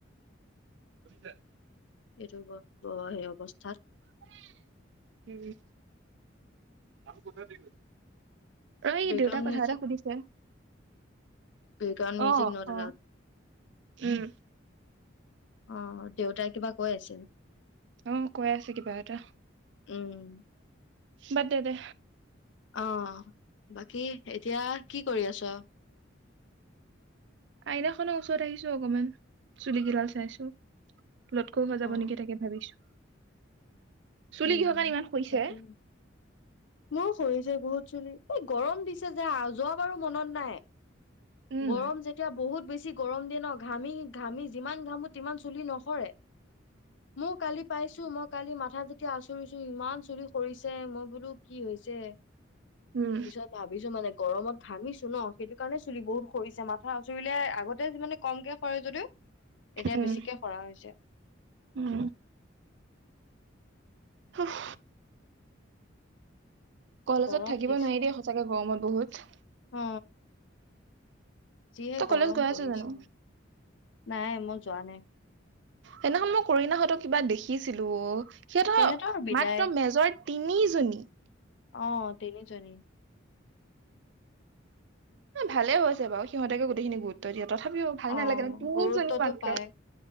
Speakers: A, on the right (about 65°); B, on the left (about 70°).
A: <unintelligible>
B: এইটো ব- বয়- অৱস্থাত
A: <unintelligible> হুম, আমি ক'তে দি কৰিম? অই
B: বেকগ্ৰাউণ্ড
A: দেউতাই কথা
B: মিউজিক
A: এটা সুধিছে।
B: বেকগ্ৰাউণ্ড মিউজিক
A: অ',
B: নট
A: অ',
B: এলাউড
A: উম।
B: অ', দেউতাই কিবা কৈ আছিল?
A: অ' কৈ আছে কিবা এটা।
B: উম।
A: বাদ দে দে।
B: অ', বাকী এতিয়া কি কৰি আছ'?
A: আইনাখনৰ ওচৰত আহিছো অকণমান। চুলি কিডাল চাইছো। লটকৌ হৈ যাব নেকি
B: অ
A: তাকে ভাবিছো। চুলি
B: উম,
A: কিহৰ কাৰণে ইমান সৰিছে
B: তাকে। মোৰো সৰিছে ছে বহুত চুলি। এই গৰম দিছে যে, যোৱাবাৰো মনত নাই?
A: উম
B: গৰম যেতিয়া বহুত বেছি যি গৰম দিয়ে ন, ঘামি ঘামি যিমান ঘামো তিমান চুলি নসৰে! মোৰ কালি পাইছো মই কালি মাথা এতিয়া আচুৰিছো ইমান চুলি সৰিছে মই বোলো কি হৈছে? যে,
A: উম
B: পিছত ভাবিছো মানে গৰমত ঘামিছো ন। সেইটো কাৰণেই চুলি বহুত সৰিছে মাথা আচুৰিলে আগতে মানে কমকে সৰে যদিও এতিয়া
A: উম
B: বেছিকে সৰা হৈছে।
A: উম হুফ কলেজত
B: গৰম
A: থাকিব
B: দিছে
A: নোৱাৰি দেই সঁচাকে গৰমত বহুত।
B: অ যিহে
A: তই
B: গৰম
A: কলেজ গৈ
B: পৰিছে।
A: আছ জানো
B: নাই মই যোৱা নাই।
A: সেইদিনাখন মই কৰিণাহঁতৰ কিবা দেখিছিলো অ'। সিহঁতৰ
B: তেহেতৰ বিদায়
A: মাত্ৰ মেজৰ তিনিজনী।
B: অ', তিনিজনী।
A: এঃ ভালে হৈছে বাৰু সিহঁতকে গোটেইখিনি গুৰুত্ব দিয়ক তথাপিও ভাল
B: অ
A: নালাগে ন, তিনিজনী
B: গুৰুত্বটো
A: মাত্ৰ।
B: পায়